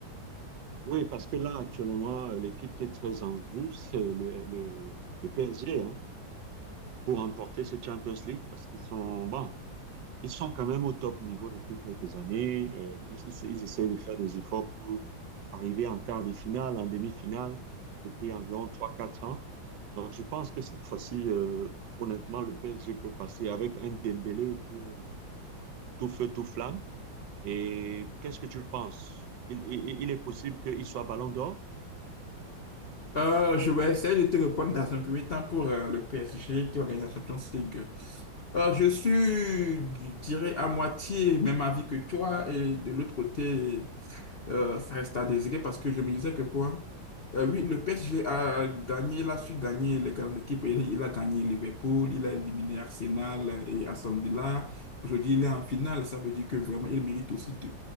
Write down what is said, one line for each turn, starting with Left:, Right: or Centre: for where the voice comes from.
Right: Oui, parce que là, actuellement, l'équipe qui est très en vue, c'est le, le, le PSG, hein, pour remporter ce Champions League, parce qu'ils sont, bon, ils sont quand même au top niveau depuis quelques années. Euh, ils, ils- ils essaient de faire des efforts pour arriver en quart de finale, en demi-finale, depuis environ trois quatre ans. Donc, je pense que cette fois-ci, euh, honnêtement, le PSG peut passer avec un Dembélé qui est tout feu, tout flamme. Et qu'est-ce que tu penses? Il, il- il est possible qu'il soit ballon d'or?
Left: Euh, je vais essayer de te répondre dans un premier temps pour euh, le PSG qui va gagner la Champions League. Euh, je suis, je dirais, à moitié même avis que toi et de l'autre côté euh, ça reste à désirer parce que je me disais que quoi? Euh, oui, le PSG a gagné, il a su gagner les grandes équipes. Il, il a gagné Liverpool, il a éliminé Arsenal et Aston Villa. Aujourd'hui, il est en finale. Ça veut dire que vraiment, il mérite aussi de,